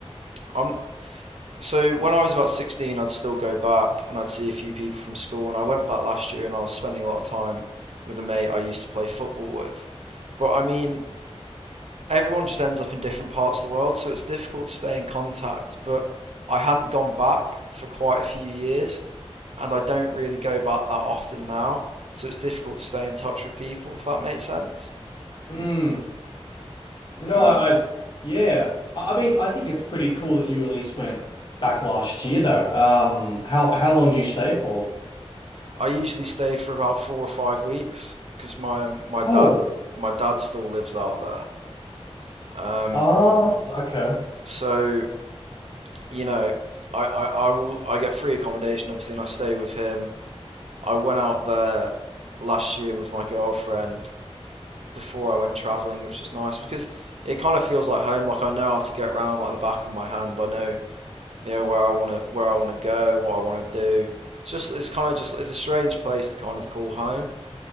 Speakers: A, on the right; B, on the left.
A: I'm So when I was about 16, I'd still go back and I'd see a few people from school. And I went back last year and I was spending a lot of time with a mate I used to play football with. But I mean, everyone just ends up in different parts of the world, so it's difficult to stay in contact. But I hadn't gone back for quite a few years and I don't really go back that often now. So it's difficult to stay in touch with people, if that makes sense.
B: Mm, no,
A: Um,
B: I, I yeah. I, I mean, I think it's pretty cool that you at least went back last year, though. Um, how how long did you stay for?
A: I usually stay for about four or five weeks because my um, my dad
B: Oh,
A: my dad still lives out there. Um,
B: oh, okay.
A: So you know, I, I, I will I get free accommodation obviously, and I stay with him. I went out there last year with my girlfriend before I went traveling, which is nice because it kind of feels like home. Like I know how to get around like the back of my hand. I know you know where I want to where I want to go, what I want to do. It's just it's kind of just it's a strange place to kind of call home,